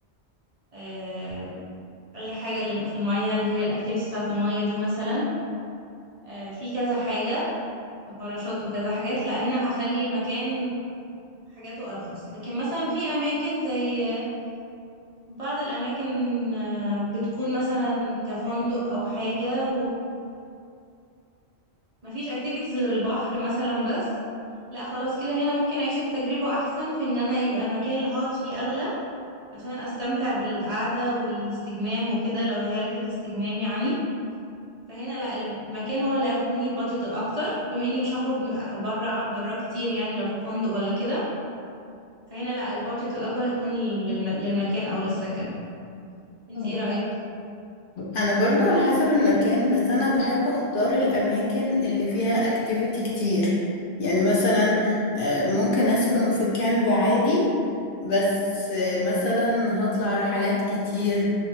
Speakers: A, on the right; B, on the left.
A: آه، أي حاجة لل- في المية اللي هي الأكتيفيتي بتاعة المية دي مثلا آه، في كذا حاجة باراشوت وكذا حاجات لا هنا هخلي المكان حاجاته أرخص لكن مثلا في أماكن زي آه، بعض الأماكن آه، بتكون مثلا كفندق أو حاجة مفيش اكتيفيتيز غير البحر مثلا بس لا خلاص كده هنا ممكن اعيش التجربة احسن في ان انا يبقى المكان اللي هقعد فيه اغلى عشان استمتع بالقعدة والاستجمام وكده لو هي رحلة استجمام يعني فهنا لا المكان هو اللي هياخد مني البادجت الاكتر بما اني مش هخرج بره بره كتير يعني لو في فندق ولا كده فهنا لا البادجت الاكبر هتكون للم- للمكان او للسكن انت
B: أوك-
A: ايه رأيك
B: انا برضو على حسب المكان بس انا بحب اختار الاماكن اللي فيها اكتيفيتي كتير يعني مثلا آه، ممكن اسكن في كامب عادي بس آه، مثلا هطلع رحلات كتير